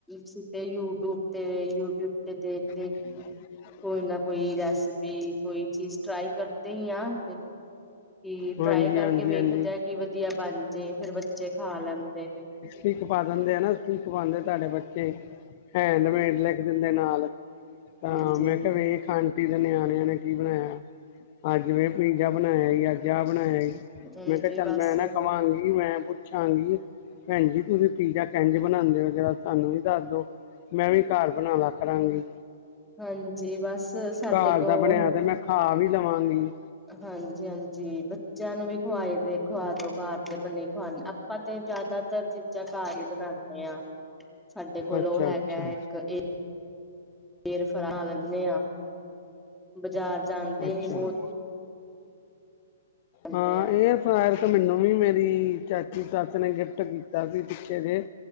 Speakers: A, in the centre; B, on the left.
A: ਸ ਤੇ ਯੂਟੀਊਬ ਤੇ ਯੂਟੀਊਬ ਤੇ-ਤੇ
B: <inaudible>
A: ਕੋਈ ਨਾ ਕੋਈ ਰੈਸਪੀ ਕੋਈ ਚੀਜ਼ ਟਰਾਂਈ ਕਰਦੇ ਈ ਆ ਕਿ
B: ਹਾਂਜੀ
A: ਟਰਾਈ ਕਰਕੇ
B: ਹਾਂਜੀ
A: ਵੇਖਦੇ
B: ਹਾਂਜੀ
A: ਕਿ ਵਧੀਆ ਬਣ ਜੇ ਫਿਰ ਬੱਚੇ ਖਾ ਲੈਂਦੇ ਨੇ।
B: ਪੀਕ ਪਾ ਦਿੰਦੇ ਹਨ ਨਾ ਪੀਕ ਪਾਂਦੇ ਤ ਸਾਡੇ ਬੱਚੇ ਹੈਡਮੇਡ ਲਿਖ ਦਿੰਦੇ ਨਾਲ ਤਾਂ
A: ਹਾਂਜੀ
B: ਮੈਂ
A: ਹਾਂਜੀ
B: ਕਿਆ ਵੀ ਇਹ ਖਾਣ ਪੀਜਾ ਨਿਆਣਿਆਂ ਨੇ ਕੀ ਬਣਾਇਆ ਅੱਜ ਮ ਪੀਜ਼ਾ ਬਣਾਇਆ ਈ ਅੱਜ ਆਹ ਬਣਾਇਆ ਈ।
A: ਹਾਂਜੀ
B: ਮੈਂ ਕਿਆ ਚੱਲ
A: ਬਸ
B: ਮੈਂ ਨਾ ਕਵਾਂਗੀ। ਕੀ ਮੈਂ ਪੁੱਛਾਂਗੀ ਭੈਣ ਜੀ ਤੁਸੀਂ ਪੀਜ਼ਾ ਕਹਿੰਜ ਬਣਾਉਂਦੇ ਓ ਜਰਾ ਸਾਨੂੰ ਵੀ ਦੱਸਦੋ। ਮੈਂ ਵੀ ਘਰ ਬਣਾਲਾ ਕਰਾਂਗੀ।
A: ਹਾਂਜੀ ਬਸ ਸਾਡੇ
B: ਘਰ
A: ਕੋਲ
B: ਦਾ ਬਣਿਆ ਤੇ ਮੈਂ ਖਾ ਵੀ ਲਵਾਂਗੀ।
A: ਹਾਂਜੀ-ਹਾਂਜੀ ਬੱਚਿਆਂ ਨੂੰ ਵੀ ਖਵਾਈ ਦੇ ਖਵਾ ਦੋ। ਘਰ ਦੇ ਬਣੇ ਖਵਾਣ ਆਪਾਂ ਤੇ ਜਿਆਦਾਤਰ ਚੀਜ਼ਾਂ ਘਰ ਈ ਬਣਾਨੇ ਆ। ਸਾਡੇ ਕੋਲੋਂ
B: ਅੱਛਾ
A: ਔ ਹੈਗਾ
B: ਅੱਛਾ
A: ਇੱਕ ਇਹ ਫੇਰ ਫਰਾ ਲੈਂਨੇ ਆਂ, ਬਾਜ਼ਾਰ ਜਾਂਦੇ
B: ਅੱਛਾ
A: ਈ ਨੀ ਬਹੁਤ ਜਾਂਦੇ
B: ਹਾਂ
A: ਆ
B: ਇਹ ਫਾਇਰ ਤੇ ਮੈਨੂੰ ਵੀ ਮੇਰੇ ਮਰੀ ਚਾਚੀ ਤੱੱਚ ਨੇ ਗਿਫਟ ਕੀਤਾ ਸੀ ਪਿੱਛੇ ਜੇ